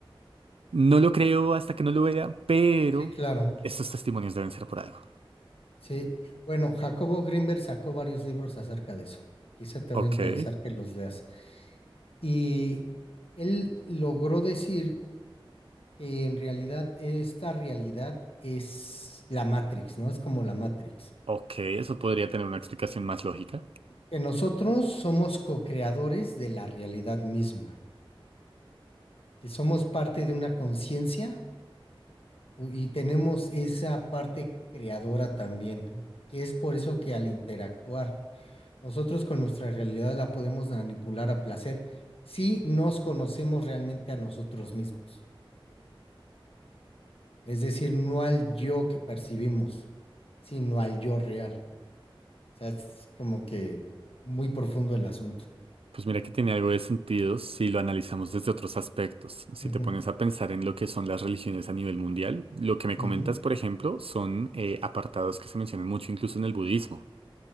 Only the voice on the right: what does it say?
no lo creo hasta que no lo vea, pero
estos testimonios deben ser por algo.
Ok,
ok, eso podría tener una explicación más lógica.
Pues mira que tiene algo de sentido si lo analizamos desde otros aspectos. Si
te pones a pensar en lo que son las religiones a nivel mundial, lo que me comentas,
por ejemplo, son eh, apartados que se mencionan mucho incluso en el budismo.